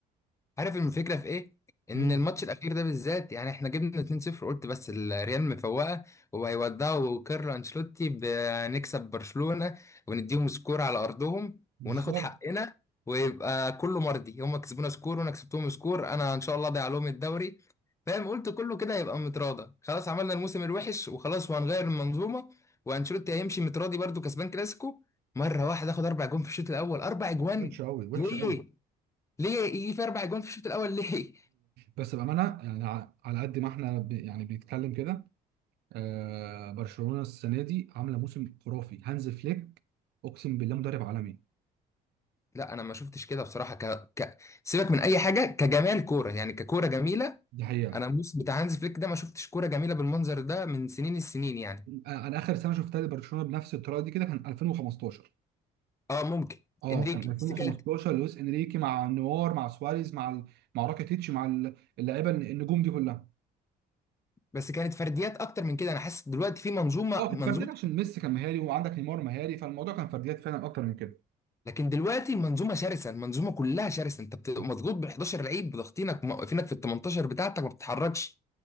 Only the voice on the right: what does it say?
مم.
بالظبط
وحشه قوي وحشه
قوي
بس بأمانة يعني ع- على قد ما احنا ب- يعني بنتكلم كده آه برشلونة السنة دي عاملة موسم خرافي هانز فليك أقسم بالله مدرب عالمي
دي حقيقة
أنا أنا آخر سنة شفتها لبرشلونة بنفس الطريقة دي كده كان 2015
أه
كان
2015
لويس إنريكي مع نوار مع سواريز مع ال... مع راكيتيتش مع ال- اللعيبة الن- النجوم دي كلها
أه كانت
فرديات عشان ميسي كان مهاري وعندك نيمار مهاري فالموضوع كان فرديات فعلا أكتر من كده
ده